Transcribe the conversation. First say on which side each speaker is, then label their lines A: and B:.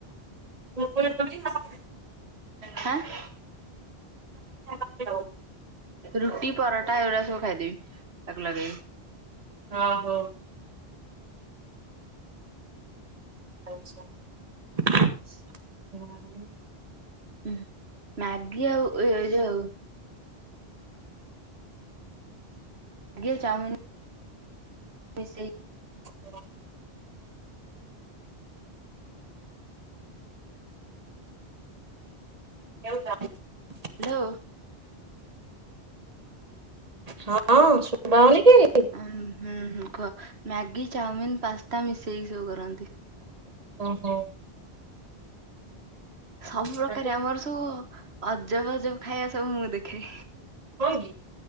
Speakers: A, on the right; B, on the right.
A: ତୁମୋ ଉପରେ <inaudible>
B: ହାଁ?
A: ଖାଇବ
B: ରୁଟି, ପରଟା ଏଉଡା ସବୁ ଖାଇଦେବି। ଆଉ ଲଗେଇ।
A: ହଁ, ହଉ। ଆଚ୍ଛା।
B: <inaudible>
A: ମାନେ?
B: ଉଁ, ହୁଁ, ମାଗି ଆଉ ଏଇ ଏଇ ଯୋଉ ମ୍ୟାଗି ଆଉ ଚାଉମିନ ମିଶେଇ
A: <inaudible> କେଉଁ <inaudible>
B: ଲୋ
A: ହଁ ଶୁବା ହଉନି କି?
B: ଆଉଁ, ହୁଁ, ହୁଁ, କୁହ ମ୍ୟାଗି, ଚାଉମିିନ, ପାସ୍ତା ମିଶେଇକି ସବୁ କରନ୍ତି।
A: ଓ ହୋ।
B: ସବୁପ୍ରକାର
A: ତାକୁ
B: ଆମର ସବୁ ଅଜବ ଅଜବ ଖାଇବା ସବୁ ମୁଁ ଦେଖେ।
A: ହଁ କି?